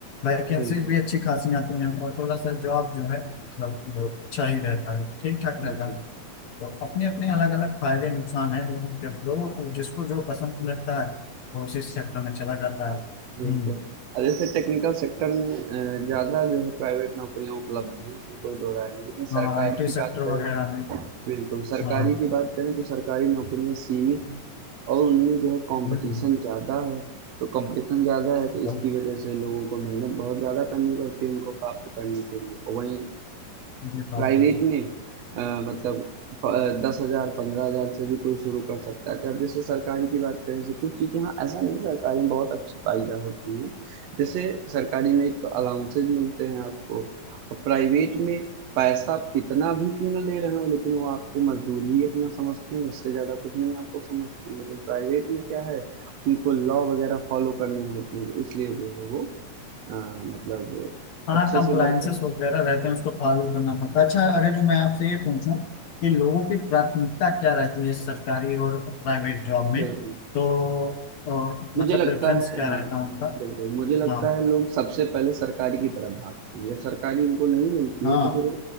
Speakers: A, on the left; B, on the right.
A: वैकेंसीज
B: बिल्कुल
A: भी अच्छी खासी आती हैं और थोड़ा सा जॉब जो है मतलब वो अच्छा ही रहता है ठीक ठाक रहता
B: बिल्कुल
A: है तो अपने अपने अलग अलग फायदे नुकसान हैं दोनों के लोगों को जिसको जो पसंद लगता है वो उसी सेक्टर में चला जाता है
B: बिल्कुल।
A: हम्म
B: अ, जैसे टेक्निकल सेक्टर में अ, ज़्यादा जो है प्राइवेट नौकरियाँ उपलब्ध हैं, इसमें कोई दो राय नहीं। लेकिन
A: हाँ
B: सरकारी
A: आईटी
B: की
A: सेक्टर
B: बात करें
A: वगैरह में
B: बिल्कुल, सरकारी
A: हाँ
B: की बात करें तो सरकारी नौकरियाँ सीमित हैं और उनमें जो है कॉम्पिटिशन
A: हम्म,
B: ज़्यादा है। तो कॉम्पिटिशन ज़्यादा है तो
A: तो
B: इसकी वजह से लोगों को मेहनत बहुत ज़्यादा करनी पड़ती है उनको प्राप्त करने के लिए। और वहीं
A: ये बात
B: प्राइवेट
A: तो है।
B: में अ, मतलब दस हजार पंद्रह हजार से भी कोई शुरू कर सकता है जब जैसे सरकारी की बात करें जैसे कुछ चीज़ें हाँ ऐसा नहीं सरकारी में बहुत अच्छी पाई जा होती हैं जैसे सरकारी में एक तो अलाउंसेज मिलते हैं आपको और प्राइवेट में पैसा आप कितना भी क्यों ना दे रहे हो लेकिन वो आपको मजदूर ही अपना समझते हैं इससे ज़्यादा कुछ नहीं आपको समझते हैं लेकिन प्राइवेट में क्या है उनको लॉ वगैरह फॉलो करने होते हैं तो इसलिए जो है वो अ, मतलब
A: हाँ
B: अच्छे
A: कंप्लायंसेस
B: से वर्क कर
A: वगैरह रहते हैं उसको फॉलो करना पड़ता है अच्छा अगर जो मैं आपसे ये पूछूं कि लोगों की प्राथमिकता क्या रहती है सरकारी और प्राइवेट जॉब में
B: बिल्कुल
A: तो अ,
B: मुझे
A: मतलब
B: लगता
A: प्रेफरेंस
B: है
A: क्या
B: हाँ
A: रहता है उनका
B: बिल्कुल मुझे लगता
A: हाँ
B: है लोग सबसे पहले सरकारी की तरफ भागते हैं जब सरकारी उनको नहीं मिलती
A: हाँ
B: है तो फिर वो